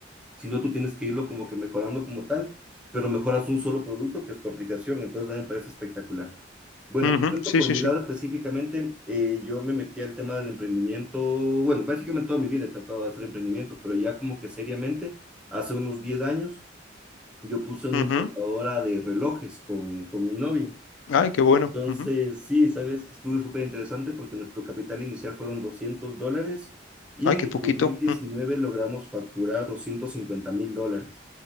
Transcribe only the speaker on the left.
ujú,
ujú.
Sí,
sí,
sí.
Ujú.
Ay, qué bueno.
ujú,
Ay,
qué
poquito.